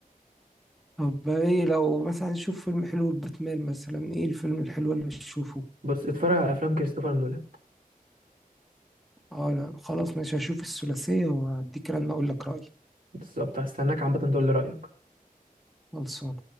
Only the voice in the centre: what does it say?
طب ايه لو مثلا نشوف فيلم حلو لباتمان مثلا ايه الفيلم الحلو اللي هشوفه
اه لا خلاص مش هشوف الثلاثية واديك رن اقول لك رأيي
خلصان